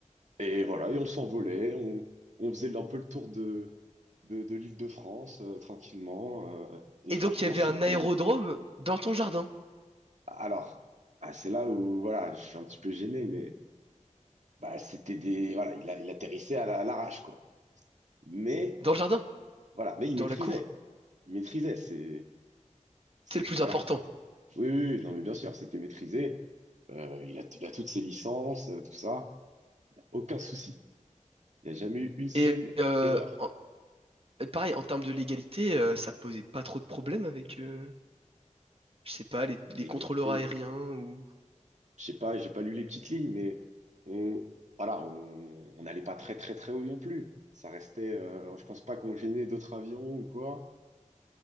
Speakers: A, on the right (about 65°); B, on the right (about 50°).
A: Et voilà, et on s'envolait, on, on faisait un peu le tour de, de, de l'Île-de-France, euh, tranquillement. euh, et
B: Et
A: franchement,
B: donc il y avait
A: c'était
B: un aérodrome dans ton jardin.
A: Alors, ah, c'est là où voilà, je suis un petit peu gêné, mais bah, c'était des voilà, il, a- il atterrissait à la- à l'arrache quoi. Mais
B: Dans le jardin,
A: voilà, mais il
B: dans
A: maîtrisait,
B: la cour.
A: il maîtrisait. C'est c'est
B: C'est le plus
A: voilà.
B: important.
A: Oui, oui, oui, non mais bien sûr, c'était maîtrisé. Euh, il a, il a toutes ses licences, euh, tout ça, aucun souci. Il n'y a jamais eu une seule
B: Et euh,
A: erreur.
B: en- pareil, en termes de légalité, euh, ça posait pas trop de problèmes avec, euh, je sais pas, les, les
A: L'égalité,
B: contrôleurs aériens ou.
A: je sais pas, j'ai pas lu les petites lignes, mais on voilà, on on n'allait pas très très très haut non plus. Ça restait, euh, je pense pas qu'on gênait d'autres avions ou quoi.